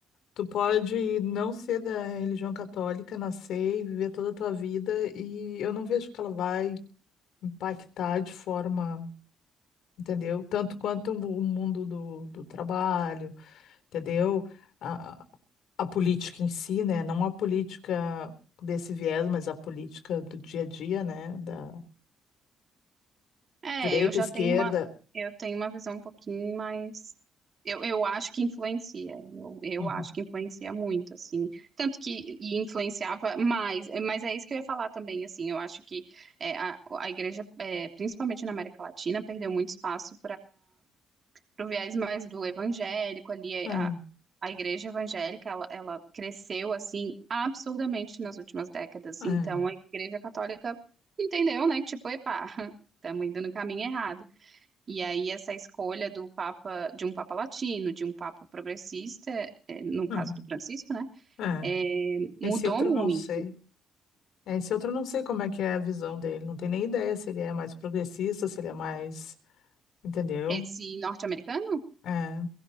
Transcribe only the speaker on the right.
É,
eu já
tenho uma, eu tenho uma visão um pouquinho mais. Eu, eu acho que influencia. Eu, eu
acho que influencia muito, assim. Tanto que e influenciava mais. eh, Mas é isso que eu ia falar também, assim. Eu acho que eh, a, a igreja, eh, principalmente na América Latina, perdeu muito espaço pro viés mais do evangélico ali,
a, a igreja evangélica, ela, ela cresceu, assim, absurdamente nas últimas décadas.
Então, a igreja católica entendeu, né, que tipo, epá, <laughs> estamos indo no caminho errado. E aí, essa escolha do papa, de um papa latino, de um papa progressista, eh, no caso
do Francisco, né,
eh, mudou
muito.
Esse norte-americano?